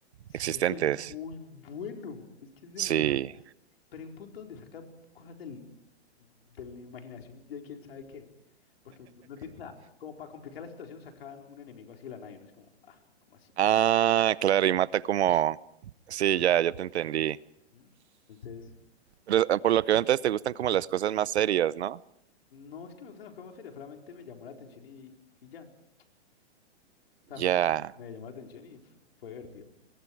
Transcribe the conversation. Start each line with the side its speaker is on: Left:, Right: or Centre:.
Left: Sí,
Right: existentes.
Left: es que es muy bueno, es que es demasiado
Right: Sí.
Left: bueno. Pero hay un punto donde sacan cosas del, de la imaginación de quién sabe qué. Porque uno piensa, como para complicar la situación, sacan un enemigo así de la nada y uno es como, ah, ¿cómo así?
Right: Ah, claro, y mata como. Sí, ya, ya te entendí.
Left: Ujú. Entonces,
Right: Pero, eh, por lo que veo, entonces te gustan como las cosas más serias, ¿no?
Left: no es que me gusten las cosas más serias, solamente me llamó la atención y, y ya. O sea,
Right: Ya.
Left: fue como, me llamó la atención y f- fue divertido.